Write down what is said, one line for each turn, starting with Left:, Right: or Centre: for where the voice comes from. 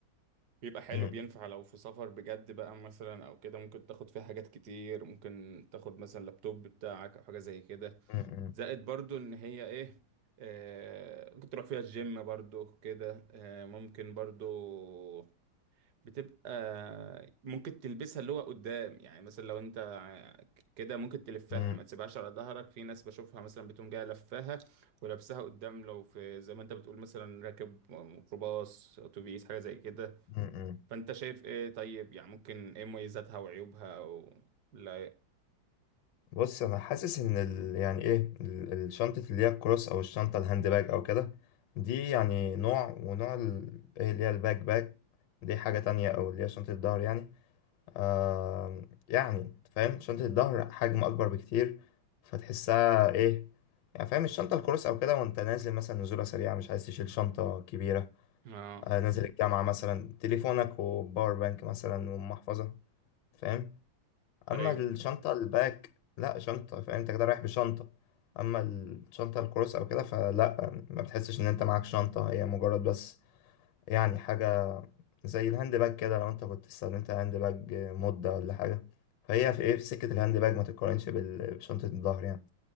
Right: بيبقى حلو
Left: أمم،
Right: بينفع لو في سفر بجد بقى مثلا او كده ممكن تاخد فيها حاجات كتير ممكن تاخد مثلا لابتوب بتاعك او حاجه زي كده
Left: أمم، أمم،
Right: زائد برضو ان هي ايه آه ممكن تروح فيها الجيم برضو كده آه ممكن برضو بتبقى ممكن تلبسها اللي هو قدام يعني مثلا لو انت ع- كده ممكن تلفها
Left: أمم.
Right: ما تسيبهاش على ظهرك في ناس بشوفها مثلا بتقوم جايه لفاها ولابسها قدام لو في زي ما انت بتقول مثلا راكب ميكروباص اتوبيس حاجه زي كده
Left: امم، امم.
Right: فانت شايف ايه طيب يعني ممكن ايه مميزاتها وعيوبها او لا
Left: بص انا حاسس ان ال... يعني ايه ال- الشنطة اللي هي الكروس او الشنطة الهاند باج او كده دي يعني نوع ونوع ال... ايه اللي هي الباك باك دي حاجة تانية او اللي هي شنطة الظهر يعني آه يعني فاهم شنطة الظهر حجم أكبر بكتير فتحسها إيه يعني فاهم الشنطة الكروس أو كده وأنت نازل مثلا نزولة سريعة مش عايز تشيل شنطة كبيرة
Right: اه
Left: آه نازل الجامعة مثلا تليفونك وباور بانك مثلا ومحفظة فاهم أما
Right: ايوه
Left: الشنطة الباك لأ شنطة فاهم أنت كده رايح بشنطة أما الشنطة الكروس أو كده فلأ ما بتحسش إن أنت معاك شنطة هي مجرد بس يعني حاجة زي الهاند باج كده لو انت كنت استخدمت هاند باج مدة ولا حاجة فهي في ايه في سكة الهاند باج ما تتقارنش بال- بشنطة الظهر يعني